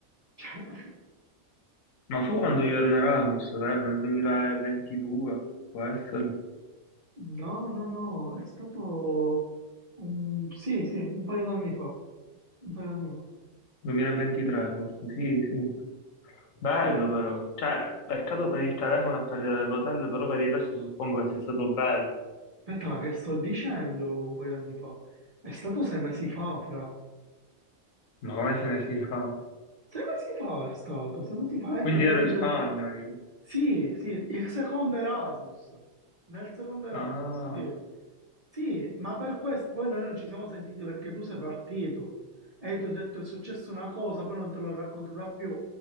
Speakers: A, on the right (about 35°); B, on the left (about 75°).
A: Cioè, <laughs>
B: Ma fu quando io ero in Erasmus, vero? Nel 2022, può essere?
A: no, no, no, è stato un... sì, sì, un paio d'anni fa. Un paio d'anni fa.
B: 2023 forse, sì, sì. Bello
A: Sì.
B: però, cioè, peccato per il telefono e per l'hotel, però per il resto suppongo che sia stato bello.
A: Aspetta, ma che sto dicendo un paio d'anni fa? È stato sei mesi fa, fra.
B: Ma come se ne si fa?
A: Sei mesi fa è stato, sei mesi fa,
B: Quindi
A: è che poi
B: ero
A: tu
B: in Spagna
A: te...
B: io.
A: Sì, sì, il secondo Erasmus, nel secondo Erasmus,
B: Ah,
A: sì. Sì, ma per questo poi noi non ci siamo sentiti perché tu sei partito e io ti ho detto è successa una cosa, poi non te l'ho raccontata più,